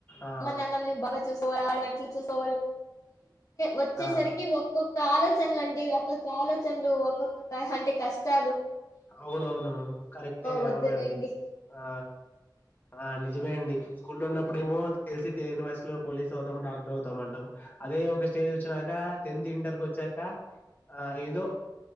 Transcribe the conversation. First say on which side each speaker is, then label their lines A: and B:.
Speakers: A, on the left; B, on the left.
A: ఆ
B: అమ్మ నాన్నల్ని బాగ చూస్ <unintelligible> చూసు వచ్చేసరికి
A: ఆ
B: ఒక్కొక్క ఆలోచనల అండి ఒక్కొక్క ఆలోచ చన్లు ఒక్కొక్క అంటే కష్టా
A: అవునవును. కరెక్టే
B: వద్దులేండి
A: అవునండి. ఆ. ఆ నిజమే
B: ఎన్-
A: అండి. స్కూల్లో ఉన్నప్పుడేమో తెలిసి తెలియని వయసులో పోలీస్ అవుతాం, డాక్టర్ అవుతాం అంటాం. అదే ఒక స్టేజ్ వచ్చినాక, టెన్త్, ఇంటర్కి వచ్చాక ఏదో